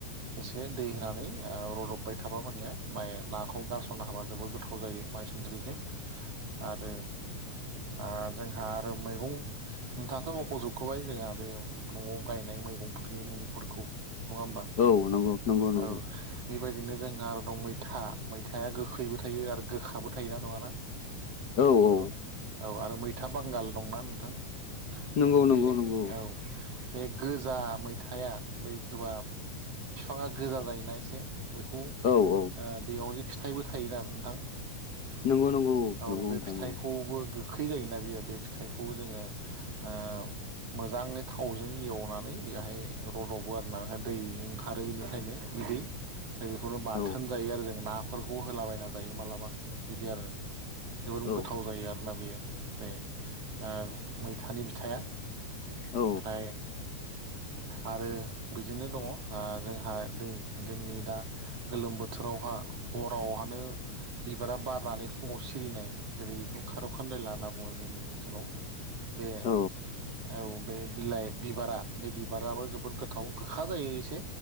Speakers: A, on the right; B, on the left.
A: एसे दै होनानै ओ रदबबाय थाबा मानिया माय नाखौ गारसननो हाबा जोबोद गोथाव जायो माइसु सुन्द्रिजों आरो आ जोंहा आरो मैगं। नोंथाङाथ' मख'जोबखाबाय जोंहा बे न'आव गायनाय मैगंफोरनि मुंफोरखौ नंङा होम्बा?
B: औ नंगौ नंगौ नंगौ
A: औ बेबायदिनो जोंहा आरो दं मैथा मैथाया गोखैबो थायो आरो गोखाबो थायो ना नंङाना?
B: औ
A: नंगौ
B: औ
A: औ आरो मैथा बांगाल दंना नोंथां
B: नंगौ नंगौ
A: बे
B: नंगौ
A: औ बे गोजा मैथाया बै जबा फिफाङा गोजा जायोना एसे बेखौ ओ
B: औ औ
A: बेयाव जे फिथाइबो थायोना नोंथां।
B: नंगौ नंगौ।
A: औ
B: नंगौ
A: बे
B: नोंथां
A: फिथाइखौबो
B: नंगौ
A: गोखै जायोना बेयो बे फिथाइखौ जोङो ओ मोजांङै थावजों एवनानै बेहाय रद'बो आरोना माने दै ओंखारो बिनिफ्रायनो बिदै <unintelligible> बाथोन
B: औ
A: जायो आरो जों ना फोरखौबो होलाबायना जायो मालाबा बिदि आरो। जोबोद
B: औ
A: गोथाव जायो आरोना बेयो बे ओ मैथानि बिथाइआ ओमफाय
B: औ
A: आरो बिदिनो दंङ ओ जोंहा दै जोंनि दा गोलोम बोथोरावहा हरावहानो बिबारा बारनानै फुंङाव सिरिनाय जेरै इखौ खारौ खान्दायला होनना बुंङो जोंनि ओनसोलाव। बे
B: औ
A: औ बे बिलाइ बिबारा बे बिबाराबो जोबोद गोथाव गोखा जायो एसे